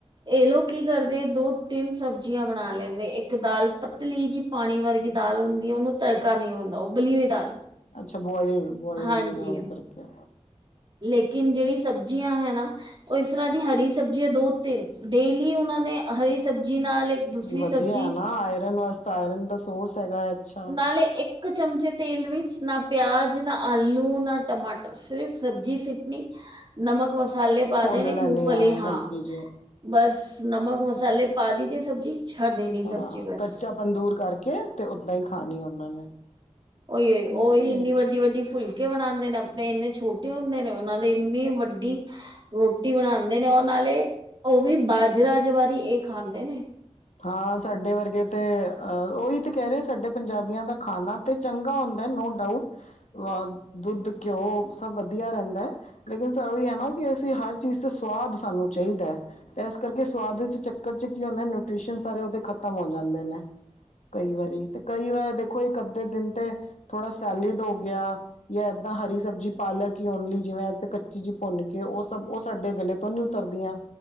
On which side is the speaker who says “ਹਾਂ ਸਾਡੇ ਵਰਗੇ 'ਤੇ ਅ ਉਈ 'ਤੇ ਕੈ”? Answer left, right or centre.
Left